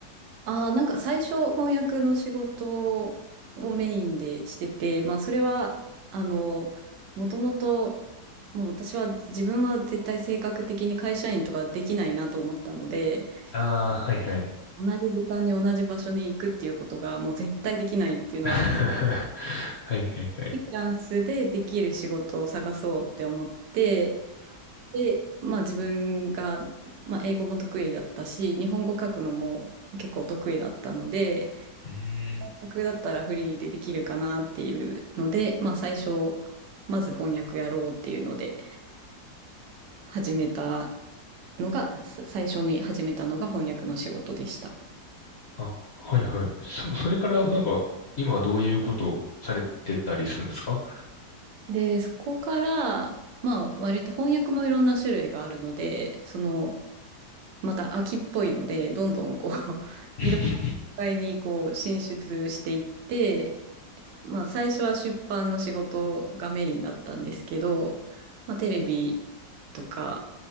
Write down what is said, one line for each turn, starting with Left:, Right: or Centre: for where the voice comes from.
Right: ああ、なんか最初翻訳の仕事をメインでしてて、まあそれは、あの、もともと、もう私は自分は絶対性格的に会社員とかできないなと思ったので、
Left: ああー、はいはい。
Right: 同じ時間に同じ場所に行くっていうことがもう絶対できないっていうのを、
Left: <laughs> は
Right: フ
Left: いはいはい。
Right: リーランスでできる仕事を探そうって思って、で、まあ自分が、まあ英語も得意だったし、日本語書くのも結構得意だったので、
Left: うん
Right: 訳だったらフリーでできるかなっていうので、まあ最初、まず翻訳やろうっていうので始めたのが、さ最初に始めたのが翻訳の仕事でした。
Left: あ、はいはい。そ、それからなんか、今どういうことをされてたりするんですか
Right: で、そこから、まあ割と翻訳もいろんな種類があるので、その、また秋っぽいので、どんどんこう、<laughs>
Left: <laughs>
Right: いろんな世界にこう進出していって、まあ最初は出版の仕事がメインだったんですけど、まあテレビとか、